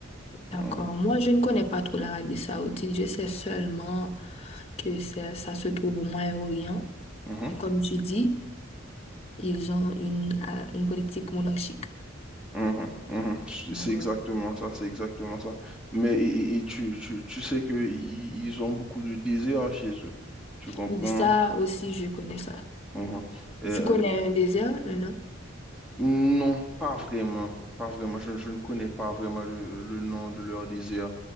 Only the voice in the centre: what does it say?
Mhm,
mhm,
mhm, mhm.
C'est exactement ça, c'est exactement ça. Mais et, et- et tu, tu, tu sais que i- i- ils ont beaucoup de désirs chez eux. Tu comprends?
Mhm. Euh,
non, pas vraiment. Pas vraiment. Je, je ne connais pas vraiment le, le nom de leur désir.